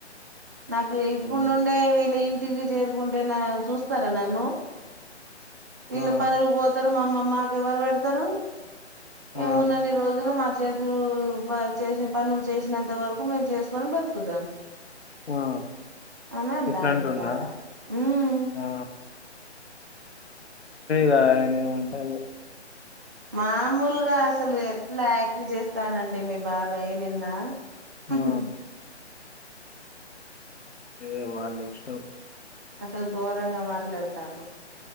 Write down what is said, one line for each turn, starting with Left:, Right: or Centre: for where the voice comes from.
Right: నాకు ఇప్పుడు
Left: ఆ
Right: నుండే వీళ్ళింటి టివికు చేరుకుంటే చూస్తారా నన్ను. వీళ్ళు
Left: ఆ
Right: పనులు పోతారు మామ్ మామ్ మాకు ఎవరు పెడతారు. మేమున్నన్ని
Left: ఆ
Right: రోజులు మా చేతులు బా చేసే పనుల్చేస్నంత వరకు మేమ్ చేస్కొని బతుకుతం
Left: ఆ
Right: అని అంటండు
Left: ఇట్లాంటుండా
Right: మీ తాత ఉమ్
Left: ఆ గా ఎమో అంటా
Right: మాముల్గా అసలు ఎ ట్లా యాక్ట్ చేత్తాండంటే మీ బాబాయ్ నేన్ నా హుహు
Left: ఆ ఏ వాలిస్టం
Right: అసల్ ఘోరంగ మాట్లాడుతాండు